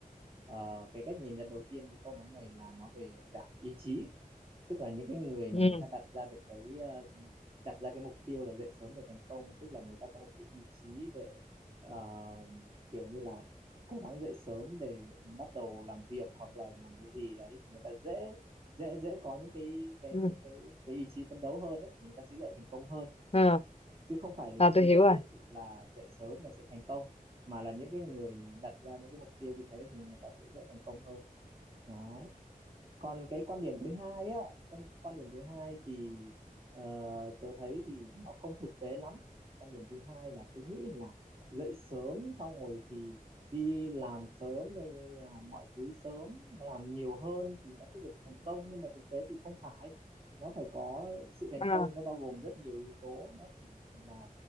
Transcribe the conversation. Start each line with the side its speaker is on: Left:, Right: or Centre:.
Right: ờ, cái cách nhìn nhận đầu tiên cái câu nói này là nó về dạng ý chí tức là những cái người mà
Left: ừ,
Right: người ta đặt ra được cái ờ, đặt ra cái mục tiêu là dậy sớm để thành công tức là người ta có một cái ý chí để ờ, kiểu như là cố gắng dậy sớm để bắt đầu làm việc hoặc là làm cái gì đấy thì người ta dễ dễ dễ có những cái cái
Left: ừ,
Right: cái cái cái ý chí phấn đấu hơn ấy thì người ta sẽ dễ thành công hơn
Left: ừ.
Right: chứ không phải là
Left: À, tôi
Right: cứ nhất
Left: hiểu rồi.
Right: thiết là dậy sớm là sẽ thành công mà là những cái người đặt ra những cái mục tiêu như thế thì người ta sẽ dễ thành công hơn đấy còn cái quan điểm thứ hai á quan quan điểm thứ hai thì ờ, tớ thấy thì nó không thực tế lắm quan điểm thứ hai là cứ nghĩ là dậy sớm xong rồi thì đi làm sớm hay làm mọi thứ sớm làm nhiều hơn thì nó sẽ được thành công nhưng mà thực tế thì không phải nó phải có sự thành
Left: À,
Right: công nó bao gồm rất nhiều yếu tố nó chỉ là